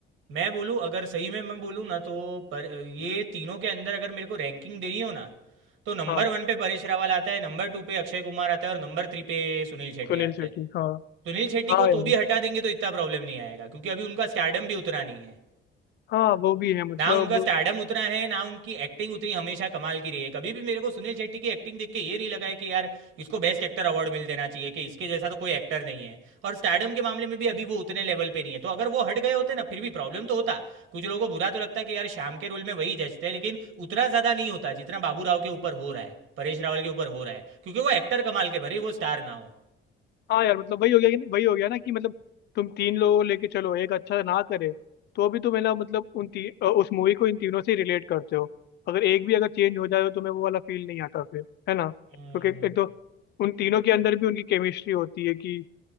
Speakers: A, on the right; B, on the left.
A: मैं बोलूँ अगर सही में मैं बोलूँ ना तो पर ये तीनों के अंदर अगर मेरे को रैंकिंग देनी हो ना तो नंबर
B: हाँ
A: वन पे परेश रावल आता है नंबर टू पे अक्षय कुमार आता है और नंबर थ्री पे सुनील शेट्टी
B: सुनील
A: आते
B: शेट्टी
A: हैं
B: हाँ
A: सुनील शेट्टी
B: हाँ
A: को
B: यार
A: तो भी हटा देंगे तो इतना प्रॉब्लम नहीं आएगा क्योंकि अभी उनका स्टारडम भी उतना नहीं है
B: हाँ वो भी है मतलब
A: ना उनका स्टारडम उतना है ना उनकी एक्टिंग उतनी हमेशा कमाल की रही है कभी भी मेरे को सुनील शेट्टी की एक्टिंग देख के ये नहीं लगा है कि यार इसको बेस्ट एक्टर अवार्ड मिल देना चाहिए कि इसके जैसा तो कोई एक्टर नहीं है और स्टारडम के मामले में भी अभी वो उतने लेवल पे नहीं है तो अगर वो हट गए होते ना फिर भी प्रॉब्लम तो होता कुछ लोगों को बुरा तो लगता है कि यार शाम के रोल में वही जचते हैं लेकिन उतना ज़्यादा नहीं होता जितना बाबू राव के ऊपर हो रहा है परेश रावल के ऊपर हो रहा है क्योंकि वो एक्टर कमाल के भरे वो स्टार ना हो
B: हाँ यार मतलब वही हो गया कि नहीं, वही हो गया ना कि मतलब तुम तीन लोगों को लेके चलो एक अच्छा ना करे तो भी तुम है ना मतलब उन ती, अ, उस मूवी को इन तीनों से रिलेट करते हो अगर एक भी अगर चेंज हो जाए तो तुम्हें वो वाला फील नहीं आता फिर है ना
A: हम्म
B: क्योंकि
A: हम्म,
B: एक तो उन तीनों के अंदर भी उनकी केमिस्ट्री होती है कि